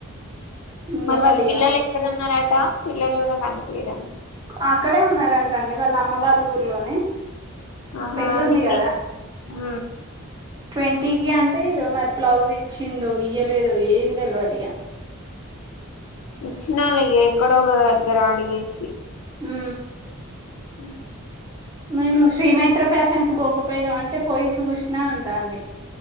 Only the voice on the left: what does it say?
మరి వాళ్ళ పిల్లలు
ఎక్కడ ఉన్నారట పిల్లలు కూడా కనిపించదు
ఆహా
అందుకే
హ
ఇచ్చినాల ఎక్కడో ఒక దగ్గర అడిగేసి
హ